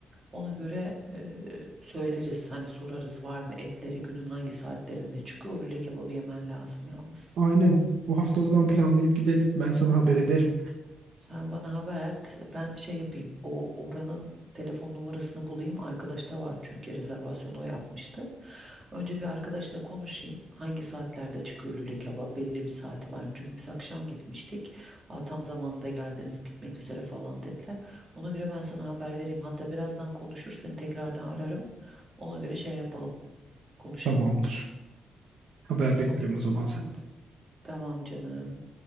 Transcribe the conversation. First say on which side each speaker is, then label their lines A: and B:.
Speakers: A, on the right; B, on the right.
A: Ona göre e, söyleriz hani sorarız var mı etleri günün hangi saatlerinde çıkıyor. O lüle kebabı yemen lazım yalnız.
B: Aynen. Bu hafta o zaman planlayıp gidelim. Ben sana haber ederim.
A: Sen bana haber et. Ben şey yapayım. O oranın telefon numarasını bulayım. Arkadaşta var çünkü rezervasyonu o yapmıştı. Önce bir arkadaşla konuşayım. Hangi saatlerde çıkıyor lüle kebap? Belli bir saati var mı? Çünkü biz akşam gitmiştik. Aa, tam zamanında geldiniz bitmek üzere falan dediler. Ona göre ben sana haber vereyim. Hatta birazdan konuşur seni tekrardan ararım. Ona göre şey yapalım. Konuşalım.
B: Tamamdır. Haber
A: Tamam.
B: bekliyorum o zaman sen.
A: Tamam canım.